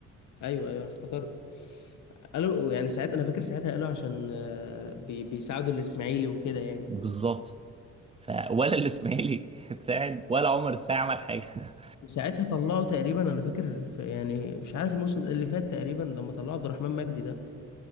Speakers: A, on the left; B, on the right.
A: ايوه ايوه انا افتكرت قالوا يعني ساعات انا فاكر ساعتها قالوا عشان آه، بي... بيساعدوا الاسماعيلي وكده يعني
B: بالظبط ف ولا الاسماعيلي <laughs> اتساعد ولا عمر الساعي عمل حاجة <laughs>
A: وساعتها طلعوا تقريبا انا فاكر في يعني مش عارف الموسم اللي فات تقريبا لما طلعوا عبد الرحمن مجدي ده